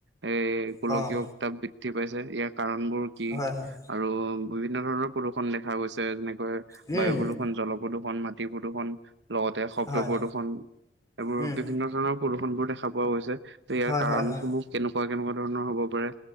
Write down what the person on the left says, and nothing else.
অ',
হয় হয়,
উম,
হয়,
উম।
হয়
হয় হয়